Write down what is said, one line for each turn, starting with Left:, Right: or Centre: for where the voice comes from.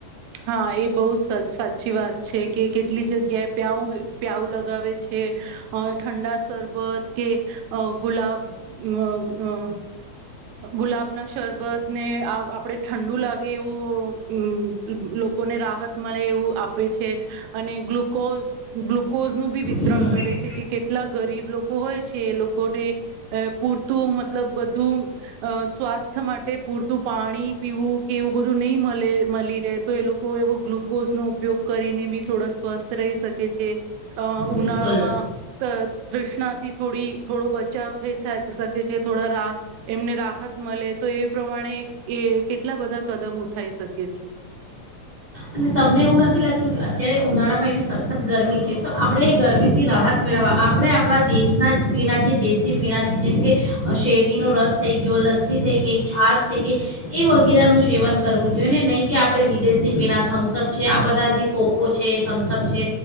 Right: હા એ બઉ સ સાચી વાત છે કે કેટલી જગ્યાએ પ્યાઉ પ્યાઉ લગાવે છે અ ઠંડા સર પદ કે અ ગુલાબ મ મ ગુલાબના શરબત ને આ આપડે ઠંડુ લાગે એવું હું. લ લોકોને રાહત મળે એવું આપે છે અને ગ્લુકોઝ ગ્લુકોઝ નું બી વિતરણ
Left: હમ
Right: કરે છે કે કેટલા ગરીબ લોકો હોય છ કે એ લોકોને અ પૂરતું મતલબ બધું અ સ્વાસ્થ્ય માટે પૂરતું પાણી પીવું કે એવું બધું નઈ મલે મલી એ તો એ લોકો એવો ગ્લુકોઝ નો ઉપયોગ કરીને બી થોડા સ્વસ્થ રહી શકે છે. અ ઉનાળામાં
Left: બિલકુલ
Right: ત તૃષ્ણાથી થોડી થોડો બચાવ થઈ શ શકે છે થોડા રા એમને રાહત મળે તો એ પ્રમાણે એ કેટલા બધા કદમ ઉઠાઈ શકે છે.
Left: શું તમને એવું નથી લાગતું કે અત્યારે ઉનાળામાં એવી સખત ગરમી છે તો આપડે ગરમીથી રાહત મેળવવા આપણે આપડા દેશના પીણાં જે દેશી પીણાં છે જેમ કે શેરડીનો રસ થઈ ગયો લસ્સી થઈ ગઈ છાસ થઈ ગઈ એ વગેરેનું સેવન કરવું જોઈએ ને નહીં કે આપડે વિદેશી પીણા થમ્સઅપ છે આ બધા જે કોકો છે, થમ્સઅપ છે